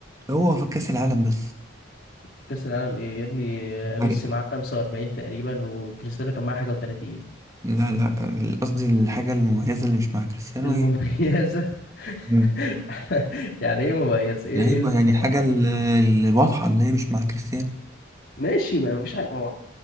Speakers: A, on the right; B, on the left.
A: هو في كأس العالم بس
B: في كأس العالم إيه يا ابني ميسي
A: فرق
B: معاه 45 تقريبا وكريستيانو كان معاه حاجة و30
A: لا لا قصدي الحاجة المميزة اللي مش مع كريستيانو
B: المميزة
A: هي
B: <laughs> يعني ايه مميز ايه
A: ايوه
B: ايه المقارنة
A: يعني حاجه
B: العبيطة
A: ال- اللي
B: دي؟
A: واضحه ان هي مش مع كريستيانو
B: ماشي ما مفيش حاجة ما هو